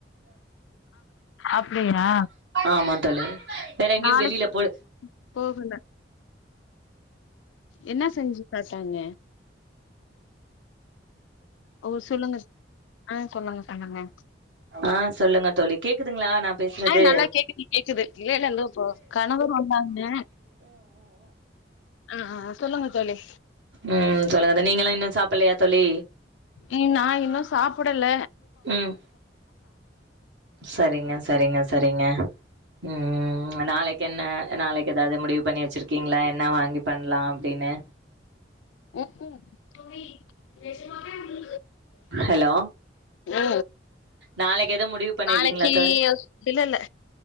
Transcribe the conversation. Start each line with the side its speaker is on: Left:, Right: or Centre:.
Left: அப்டியா
Right: ஆமா தோழி வேற எங்கேயும்
Left: நாளைக்கு
Right: வெளியில போல
Left: போகல என்ன செஞ்சு பாத்தாங்க ஓ சொல்லுங்க ஆஹ் சொல்லுங்க சொல்லுங்க
Right: ஆ சொல்லுங்க தோழி கேக்குதுங்களா நா பேசுறது
Left: ஆ நல்லா கேக்குது கேக்குது இல்லல்லப்பா கணவர் வந்தாங்க ஆ ஆ சொல்லுங்க தோழி
Right: ம் சொல்லுங்கத நீங்கள்ளாம் இன்னும் சாப்படலையா தோழி
Left: ம் நா இன்னும் சாப்பிடல
Right: ம் சரிங்க சரிங்க சரிங்க ம் ம் ம் நாளைக்கு என்ன நாளைக்கு எதாவது முடிவு பண்ணி வச்சிருக்கீங்களா என்ன வாங்கி தரலாம் அப்பிடின்னு
Left: உக்கூ கோழி நெஜமாவே
Right: ஹலோ
Left: அ
Right: நாளைக்கு எதுவு முடிவு பண்ணிருக்கீங்களா
Left: நாளைக்கு
Right: தோ
Left: இல்லல்ல